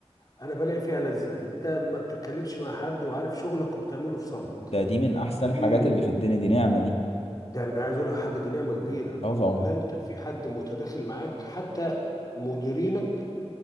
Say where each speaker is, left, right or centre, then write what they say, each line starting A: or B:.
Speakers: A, on the left; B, on the left.
A: انا بلاقي فيها لذه انت ما بتتكلمش مع حد وعارف شغلك وبتعمله في صمت
B: ده دي من احسن
A: دي
B: الحاجات اللي في الدنيا دي نعمة دي
A: ده انا عايز اقول لك حاجه دي نعمه كبيره
B: اه طبعا
A: لا انت في حد متداخل معاك حتى مديرينك